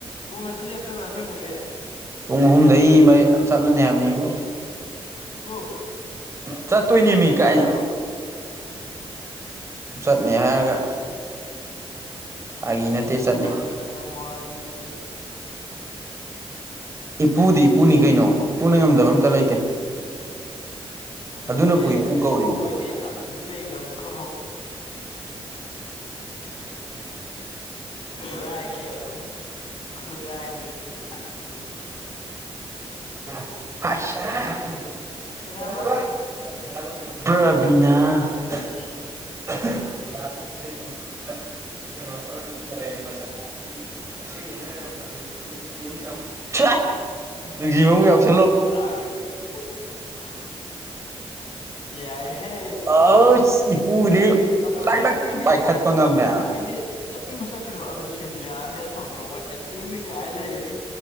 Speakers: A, on the left; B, on the right.
A: ꯍ ꯃꯁꯤ ꯆꯠꯇꯔꯁꯦ ꯃꯒꯦ
B: ꯄꯨꯡ ꯑꯍꯨꯝꯗꯒꯤꯩ ꯆꯠꯂꯅꯤ ꯍꯥꯏꯕꯅꯤ ꯏꯕꯨ
A: ꯀꯣ
B: ꯆꯠꯇꯣꯏꯅꯦꯃꯤ
A: ꯆꯠꯇꯨꯔꯒ
B: ꯀꯥꯏ
A: ꯀꯣꯟ
B: ꯆꯠꯅꯤ ꯍꯥꯏꯔꯒ ꯐꯥꯒꯤ ꯅꯠꯇꯦ
A: ꯀꯣꯜꯅ
B: ꯆꯠꯅꯤ
A: ꯊꯋꯥꯏꯅꯤ
B: ꯏꯄꯨꯗꯤ ꯏꯄꯨꯅꯤ ꯀꯩꯅꯣ ꯏꯄꯨꯅ ꯉꯝꯗꯕ ꯑ ꯑꯃꯇ ꯂꯩꯇꯦ
A: ꯑꯗꯨꯕꯨꯗꯤ
B: ꯑꯗꯨꯅ ꯄꯨꯏ ꯄꯨꯨ ꯀꯧꯔꯤꯝ
A: ꯏꯄꯨ
B: <inaudible>
A: ꯍꯣꯏꯗꯤ ꯑꯒꯨ ꯂꯩꯒ꯭ꯔꯝꯅꯤꯀꯣ ꯄꯨꯔꯥ ꯍꯥꯏ ꯀ ꯑꯒꯨ ꯈꯨꯔꯥꯏꯗꯒꯤ ꯑꯥꯒꯨ꯫
B: <unintelligible>
A: ꯀꯅꯥꯕ
B: ꯄ꯭ꯔꯕꯤꯅꯥ꯫ <unintelligible>
A: ꯑꯩꯁ
B: <unintelligible> <unintelligible> <unintelligible>
A: <unintelligible> ꯌꯥꯏ ꯍꯦ꯫
B: ꯑꯁ ꯏꯄꯨꯒꯤꯗꯤ
A: ꯑꯗꯣ
B: ꯇꯛ
A: ꯏꯄꯨꯒꯤꯗꯤ
B: ꯇꯛ ꯄꯥꯏꯈꯠꯄ ꯉꯝꯃꯦ
A: ꯏꯄꯨꯒꯤꯗꯤ ꯆꯠꯅꯤꯡꯕ ꯆꯠꯈꯤꯅꯣ ꯑꯗꯨ ꯁꯤꯜꯕꯤꯌꯥꯗꯤ ꯑꯁꯣꯝꯗ ꯑꯣꯏ꯫ ꯇꯤꯡꯗꯤ ꯉꯥꯏ ꯂꯩꯔꯤꯃꯤ꯫